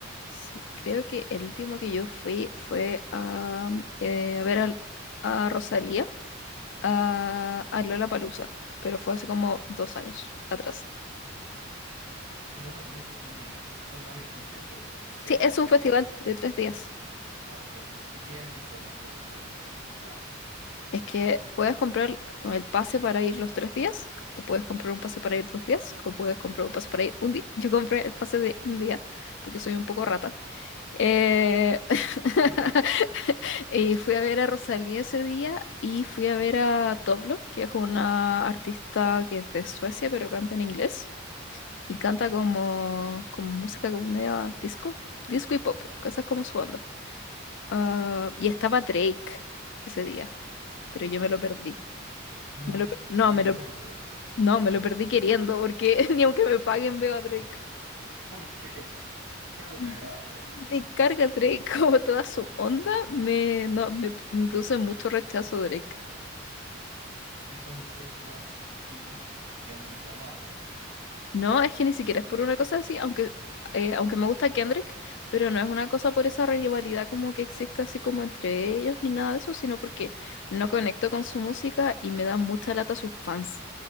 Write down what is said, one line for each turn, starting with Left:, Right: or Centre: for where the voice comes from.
Left: Sí, creo que el último que yo fui fue a, eh, a ver al- a, Rosalía, a, a Lollapalooza, pero fue hace como dos años atrás.
Right: Eh, Lollapalooza tiene, son varios conciertos, seis.
Left: Sí, es un
Right: En,
Left: festival
Right: en-
Left: de tres días.
Right: ah, ok. ¿Y qué artistas más te gustaron de ese festival?
Left: Es que puedes comprar con el pase para ir los tres días, o puedes comprar un pase para ir dos días, o puedes comprar un pase para ir un día. Yo compré el pase de un día porque soy un poco rata. Eh, <laughs>
Right: <laughs>
Left: y fui a ver a Rosalía ese día y fui a ver a Toblo, que es una artista que es de Suecia, pero canta en inglés y canta
Right: Ok.
Left: como, como música como media disco, disco y pop, cosas como su onda. Ah, y estaba Drake ese día, pero yo me lo perdí.
Right: No,
Left: Me lo pe- no,
Right: y
Left: me
Right: es
Left: lo,
Right: bueno, Drake.
Left: no, me lo perdí queriendo porque <laughs> ni aunque me paguen veo a Drake.
Right: ¿Por qué? <laughs> ¿Qué no
Left: m-
Right: te agrada de él?
Left: Me carga Drake, <laughs> como toda su onda, me, no, me, me produce mucho rechazo Drake.
Right: Entonces eres más Team Kendrick Lamar.
Left: No, es que ni siquiera es por una cosa así, aunque, eh, aunque me gusta Kendrick, pero no es una cosa por esa rivalidad como que existe así como entre ellos ni nada de eso, sino porque no conecto con su música y me da mucha lata sus fans.